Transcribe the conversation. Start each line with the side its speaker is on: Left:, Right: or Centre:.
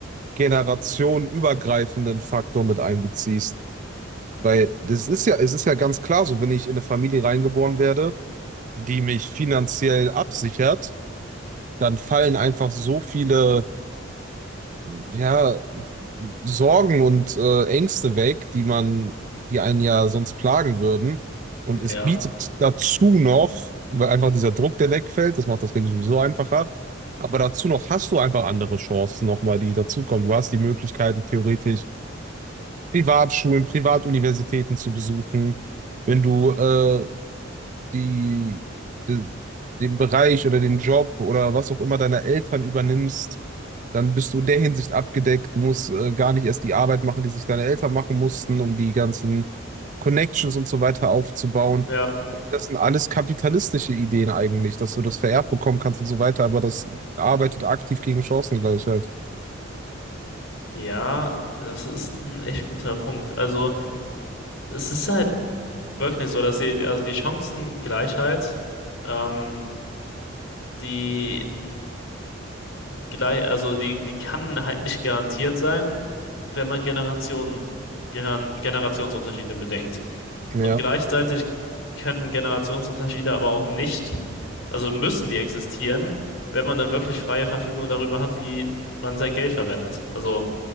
Right: generationenübergreifenden Faktor mit einbeziehst, weil das ist ja, es ist ja ganz klar so, wenn ich in eine Familie reingeboren werde, die mich finanziell absichert, dann fallen einfach so viele ja, Sorgen und äh, Ängste weg, die man, die einen ja sonst plagen würden. Und es
Left: Ja,
Right: bietet dazu noch, weil einfach dieser Druck, der wegfällt, das macht das Leben sowieso einfacher. Aber dazu noch hast du einfach andere Chancen nochmal, die dazukommen. Du hast die Möglichkeiten, theoretisch Privatschulen, Privatuniversitäten zu besuchen. Wenn du äh, die, de, den Bereich oder den Job oder was auch immer deiner Eltern übernimmst, dann bist du in der Hinsicht abgedeckt. Du musst äh, gar nicht erst die Arbeit machen, die sich deine Eltern machen mussten, um die ganzen Connections und so weiter aufzubauen.
Left: ja,
Right: Und das sind alles kapitalistische Ideen eigentlich, dass du das vererbt bekommen kannst und so weiter, aber das arbeitet aktiv gegen Chancengleichheit.
Left: ja, das ist ein echt guter Punkt. Also es ist halt wirklich so, dass die, also die Chancengleichheit, ähm, die gleich, also die, die kann halt nicht garantiert sein, wenn man Generationen, Geran- Generationsunterschiede bedenkt.
Right: Ja,
Left: Und gleichzeitig können Generationsunterschiede aber auch nicht, also müssen die existieren, wenn man eine wirklich freie Verfügung darüber hat, wie man sein Geld verwendet. Also,